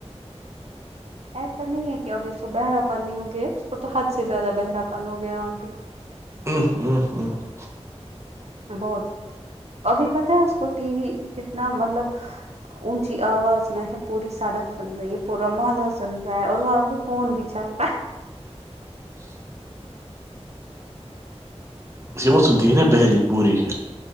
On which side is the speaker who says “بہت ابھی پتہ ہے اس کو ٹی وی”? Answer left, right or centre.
Right